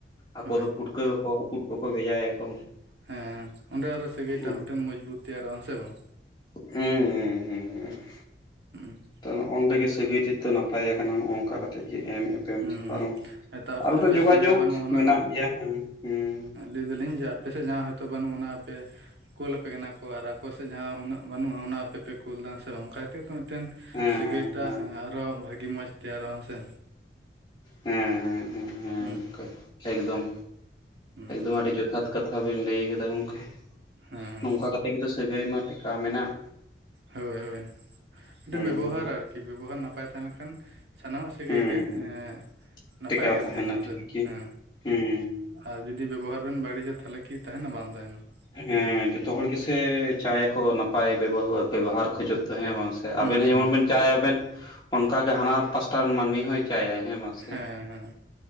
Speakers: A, on the left; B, on the right.
A: ᱟᱠᱚ
B: ᱦᱳᱭ
A: ᱫᱚ ᱯᱩᱴᱠᱟᱹ ᱠᱚᱠᱚ ᱩᱫᱽ ᱠᱚᱠᱚ ᱵᱷᱮᱡᱟᱭᱟᱠᱚ
B: ᱦᱮᱸᱻ ᱚᱸᱰᱮ ᱟᱨᱚ ᱥᱟᱹᱜᱟᱹᱭ
A: ᱦᱮᱸ
B: ᱴᱟᱜ ᱢᱤᱫᱴᱮᱱ ᱢᱚᱡᱽᱵᱩᱛ ᱛᱮᱭᱟᱨᱚᱜᱼᱟ᱾ ᱦᱮᱸᱥᱮ ᱵᱟᱝ
A: ᱦᱮᱸ ᱦᱩᱸ ᱦᱩᱸ ᱦᱩᱸ ᱾
B: <unintelligible>
A: ᱛᱚ ᱱᱚᱜᱼᱚ ᱱᱚᱸᱰᱮ ᱜᱮ ᱥᱟᱹᱜᱟᱹᱭ ᱪᱮᱫ ᱫᱚ ᱱᱟᱯᱟᱭ ᱟᱠᱟᱱᱟ ᱱᱚᱜᱼᱚᱭ ᱱᱚᱝᱠᱟ ᱠᱟ ᱛᱮ ᱡᱮ ᱮᱢᱼᱮᱯᱮᱢ
B: ᱦᱩᱸ
A: ᱪᱟᱯᱟᱞ
B: ᱦᱩᱸ ᱦᱚᱭᱛᱚ ᱟᱯ
A: ᱟᱨ ᱚᱸᱰᱮ
B: ᱟᱯᱮ
A: ᱡᱳᱜᱟᱡᱳᱜ
B: ᱥᱮᱫ ᱡᱟᱦᱟᱸ ᱵᱟᱹᱱᱩᱜ ᱚᱱᱟ
A: ᱢᱮᱱᱟᱜ ᱜᱮᱭᱟ ᱦᱮᱸ ᱦᱩᱸ
B: ᱞᱟᱹᱭ ᱫᱟᱹᱞᱤᱧ ᱡᱮ ᱟᱯᱮᱥᱮᱫ ᱡᱟᱦᱟᱸ ᱦᱳᱭᱛᱚ ᱵᱟᱹᱱᱩᱜ ᱚᱱᱟ ᱟᱯᱮ ᱠᱩᱞ ᱟᱯᱮ ᱠᱟᱱᱟ ᱠᱚ ᱟᱨ ᱟᱠᱚ ᱥᱮᱫ ᱡᱟᱦᱟᱸ ᱩᱱᱟᱹᱜ ᱵᱟᱹᱱᱩᱜᱼᱟ ᱚᱱᱟ ᱟᱯᱮᱯᱮ ᱠᱩᱞ ᱮᱫᱟ ᱦᱮᱸ ᱥᱮ ᱵᱟᱝ ᱚᱱᱠᱟ ᱛᱮᱜᱮ ᱛᱚ ᱢᱤᱫᱴᱮᱱ
A: ᱦᱮᱸ
B: ᱥᱟᱹᱜᱟᱹᱭ
A: ᱦᱮᱸ
B: ᱴᱟᱜ
A: ᱦᱮᱸ
B: ᱟᱨᱚ ᱵᱷᱟᱹᱜᱤ ᱢᱚᱸᱡᱽ ᱛᱮᱭᱟᱨᱚᱜᱼᱟ ᱦᱮᱸᱥᱮ
A: ᱦᱮᱸᱸᱸ
B: ᱦᱩᱸ
A: ᱮᱠᱫᱚᱢ
B: ᱦᱩᱸ
A: ᱮᱠᱫᱚᱢ ᱟᱹᱰᱤ ᱡᱩᱛ ᱡᱚᱛᱷᱟᱛ ᱠᱟᱛᱷᱟ ᱵᱮᱱ ᱞᱟᱹᱭ ᱟᱠᱟᱫᱟ ᱜᱚᱢᱠᱮ
B: ᱦᱮᱸ
A: ᱱᱚᱝᱠᱟ ᱠᱟᱛᱮ ᱜᱮᱛᱚ ᱥᱟᱹᱜᱟᱹᱭ ᱢᱟ ᱴᱮᱠᱟᱣ ᱢᱮᱱᱟᱜ
B: ᱦᱳᱭ ᱦᱳᱭ ᱢᱤᱫᱴᱮᱱ
A: ᱦᱩᱸ
B: ᱵᱮᱵᱚᱦᱟᱨ ᱟᱨᱠᱤ ᱵᱮᱵᱚᱦᱟᱨ ᱱᱟᱯᱟᱭ ᱛᱟᱦᱮᱸ ᱞᱮᱱ ᱠᱷᱟᱱ ᱥᱟᱱᱟᱢᱟᱜ ᱥᱟᱹᱜᱟᱹᱭ
A: ᱦᱩᱸ
B: ᱜᱮ ᱮᱸ ᱱᱟᱯᱟᱭ
A: ᱴᱮᱠᱟᱣ
B: ᱜᱮ ᱛᱟᱦᱮᱱᱟ ᱦᱮᱸᱥᱮ
A: ᱴᱷᱤᱠ ᱜᱮ
B: ᱦᱮᱸ
A: ᱦᱩᱸ
B: ᱟᱨ ᱡᱩᱫᱤ ᱵᱮᱵᱚᱦᱟᱨ ᱵᱮᱱ ᱵᱟᱹᱲᱤᱡᱟ ᱛᱟᱦᱚᱞᱮ ᱠᱤ ᱛᱟᱦᱮᱱᱟ ᱵᱟᱝ ᱛᱟᱦᱮᱱᱟ ᱾
A: ᱦᱮᱸ ᱡᱚᱛᱚ ᱦᱚᱲ ᱜᱮᱥᱮ ᱪᱟᱭ ᱟᱠᱚ ᱱᱟᱯᱟᱭ ᱵᱮᱵᱚᱦᱚ ᱵᱮᱵᱚᱦᱟᱨ ᱠᱷᱚᱡᱚᱜ ᱫᱚ ᱦᱮᱸ ᱵᱟᱝ ᱥᱮ
B: ᱦᱩᱸ
A: ᱟᱵᱮᱱ ᱦᱚᱸ ᱡᱮᱢᱚᱱ
B: ᱦᱩᱸ
A: ᱵᱮᱱ ᱪᱟᱭᱟᱵᱮᱱ ᱚᱱᱠᱟ ᱜᱮ ᱦᱟᱱᱟ ᱯᱟᱥᱴᱟ ᱨᱮᱱ ᱢᱟᱹᱱᱢᱤ ᱦᱚᱸᱭ ᱪᱟᱭ ᱦᱮᱸ ᱵᱟᱝ ᱥᱮ
B: ᱦᱮᱸ ᱦᱮᱸ